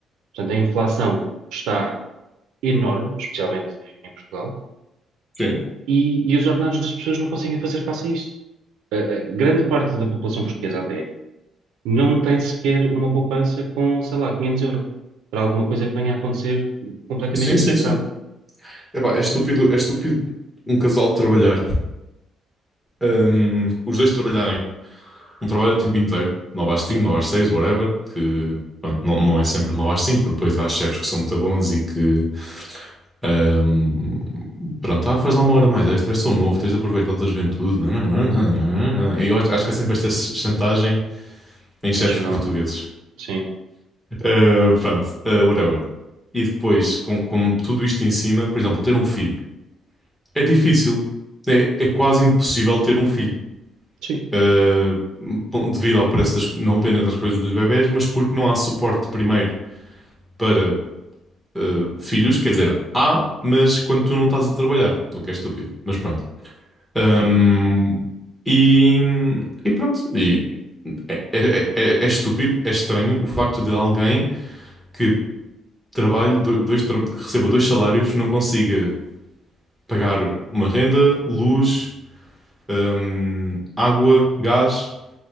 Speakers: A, on the right; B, in the centre.
A: portanto a inflação está enorme, especialmente em Portugal,
B: Sim.
A: e, e os ordenados das pessoas não conseguem fazer face a isso. A- a grande parte da população portuguesa até não tem sequer uma poupança com, sei lá, 500 euros para alguma coisa que venha a acontecer completamente
B: Sim,
A: inesperado.
B: sim, sim. Epá, é estúpido, é estúpido um casal trabalhar. Um, os dois trabalharem um trabalho a tempo inteiro, 9 às 5,
A: Sim,
B: 9 às 6, whatever, que pronto, não, não é sempre 9 às 5, porque depois há chefes que são muito bons e que ahm, pronto, ah, faz lá uma hora mais, extra, és tão novo, tens de aproveitar a tua juventude. Não, não, não, não, não, não, não. Eu acho, acho que é sempre
A: Uhum.
B: esta chantagem em
A: emocional,
B: chefes portugueses.
A: sim,
B: Ah, pronto, ah, whatever. E depois, com, com tudo isto em cima, por exemplo, ter um filho é difícil. É, é quase impossível ter um filho.
A: sim,
B: eh, po- devido ao preço das, não apenas das coisas dos bebés, mas porque não há suporte primeiro para eh, filhos, quer dizer, há, mas quando tu não estás a trabalhar, o que é estúpido, mas pronto. Ahm,
A: sim.
B: e, e pronto, e é, é- é- é é estúpido, é estranho o facto de alguém que trabalhe, do- dois, tra- que receba dois salários, não consiga pagar uma renda, luz, ahm, água, gás.